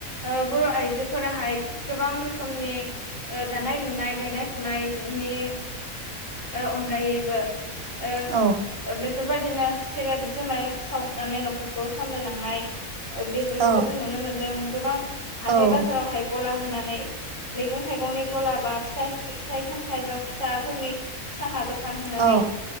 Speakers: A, on the left; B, on the right.
A: ओ बर' आइजो फोराहाय गोबां रोखोमनि ओ दानाय लुनाय गायनाय फुनायनि ओ अनगायैबो ओ
B: औ
A: ओबे बेफोरबायदिनो सेरेब जुमाय सावनानै न'खरखौ सामलायलांनाय ओबेफोरखौबो
B: औ
A: जों नुनो मोनदों गोबां
B: औ
A: हाय गला होनानै मैगं थाइगंनि गला बा फिथा फिथाइ सामथाइ बा फिथाफोरनि साहा दखान होनानै
B: औ